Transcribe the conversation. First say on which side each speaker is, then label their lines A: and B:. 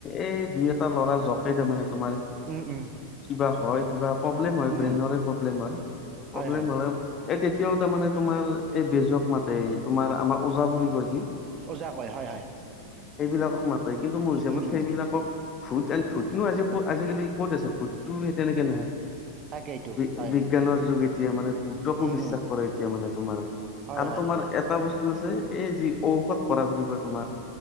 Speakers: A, on the left; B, on the right.
A: এই দুই এটা ল'ৰা জতে তাৰমানে। তোমাৰ
B: উম, উম,
A: কিবা হয় কিবা প্ৰব্লেম হয়,
B: উম,
A: ব্ৰেইনৰে প্ৰব্লেম হয়,
B: হয়
A: প্ৰব্লেম
B: হয়
A: হ'লে এই তেতিয়াও তাৰমানে তোমাৰ এই বেজক মাতে তোমাৰ আমাৰ ওজা বুলি কয় যি।
B: ওজা কয় হয়, হয়।
A: সেইবিলাকক মাতে কিন্তু মোৰ হিচাপত
B: উম, উম,
A: সেইবিলাকক ভূত এন ভূতনো আজি ক'ত আজিকালি ক'ত আছে ভূতটো সেই তেনেকে নাই।
B: তাকেইটো
A: বি-বিজ্ঞানৰ
B: হয়।
A: যোগেদি এতিয়া মানে ভূতকো
B: উম,
A: বিশ্বাস
B: উম,
A: কৰে এতিয়া মানে তোমাৰ
B: হয়
A: আৰু
B: হয়
A: তোমাৰ
B: হয়
A: এটা বস্তু আছে। এই যি ঔষধ কৰা বুলি কয় তোমাৰ।